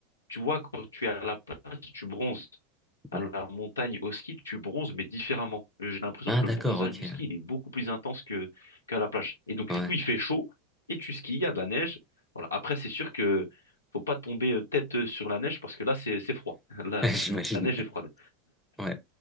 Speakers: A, on the left; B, in the centre.
A: tu vois, quand tu es à la plage, tu bronzes. À
B: ouais.
A: la montagne, au ski, tu bronzes, mais différemment. Euh, J'ai l'impression
B: Ah,
A: que le
B: d'accord,
A: bronzage
B: ok.
A: du ski, il est beaucoup plus intense que qu'à la plage. Et donc,
B: Ouais,
A: du coup, il fait chaud et tu skis, il y a de la neige. Voilà. Après, c'est sûr que faut pas tomber euh, tête euh, sur la neige parce que là, c'est c'est froid. <laughs> La,
B: <laughs> j'imagine.
A: la neige est froide.
B: Ouais.